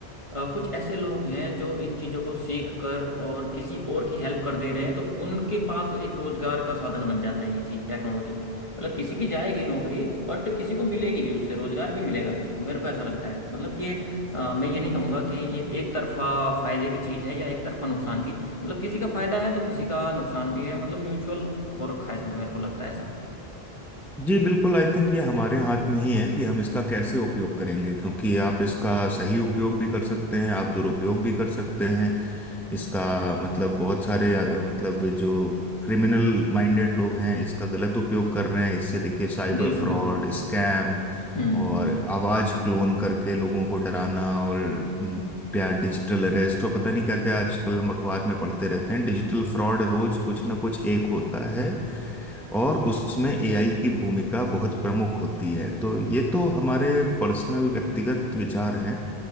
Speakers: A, on the left; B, in the centre.
A: अ, कुछ ऐसे लोग हैं जो इन चीजों को सीख कर और किसी और की हेल्प कर दे रहे हैं तो उनके पास एक रोजगार का साधन बन जाता है ये चीज टेक्नोलॉजी मतलब किसी की जाएगी नौकरी बट किसी को मिलेगी भी उससे रोजगार भी मिलेगा किसी को मेरे को ऐसा लगता है मतलब ये अ, मैं ये नहीं कहूंगा कि ये एक तरफा फायदे की चीज है या एक तरफा नुकसान की मतलब किसी का फायदा है तो किसी का नुकसान भी है मतलब म्यूचुअल हो रखा है इसमें मेरे को लगता है ऐसा
B: जी बिल्कुल आई थिंक ये हमारे हाथ में ही है कि हम इसका कैसे उपयोग करेंगे क्योंकि आप इसका सही उपयोग भी कर सकते हैं आप दुरुपयोग भी कर सकते हैं इसका मतलब बहुत सारे अ, मतलब जो क्रिमिनल माइंडेड लोग हैं इसका गलत उपयोग कर रहे हैं इससे देखिए साइबर
A: बिल्कुल
B: फ्रॉड
A: बिल्कुल बिल्कुल।
B: स्कैम
A: हम्म
B: और आवाज क्लोन करके लोगों को डराना और हम्म, या डिजिटल अरेस्ट और पता नहीं क्या क्या आजकल हम अखबार में पढ़ते रहते हैं डिजिटल फ्रॉड रोज कुछ ना कुछ एक होता है और उसमें एआई की भूमिका बहुत प्रमुख होती है तो ये तो हमारे पर्सनल व्यक्तिगत विचार हैं